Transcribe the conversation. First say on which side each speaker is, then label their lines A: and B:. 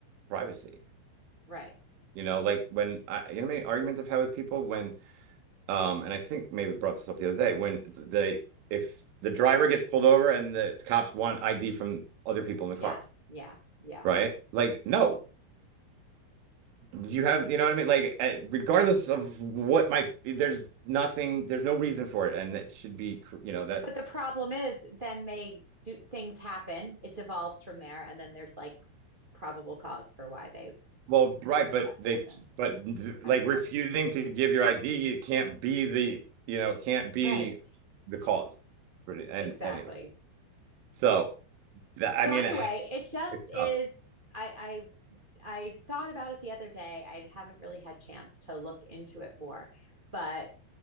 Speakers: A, on the right; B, on the right.
A: privacy.
B: Right.
A: You know, like when I, you know, how many arguments I've had with people when, um, and I think maybe brought this up the other day when they, if the driver gets pulled over and the cops want ID from other people in
B: Yes.
A: the car,
B: Yeah. Yeah.
A: right? Like, no, you have, you know what I mean? Like, uh, regardless of what my, there's nothing, there's no reason for it, and that should be, you know, that.
B: But the problem is then they do things happen. It devolves from there and then there's like probable cause for why they
A: Well,
B: can
A: right,
B: now get
A: but
B: that
A: they,
B: person's
A: but like
B: ID.
A: refusing to give your ID, it can't be the, you know, can't
B: Right.
A: be the cause. for it. And
B: Exactly.
A: anyway, so that I
B: So
A: mean,
B: anyway,
A: eh,
B: it just
A: it's
B: is
A: tough,
B: I I I thought about it the other day. I haven't really had chance to look into it more, but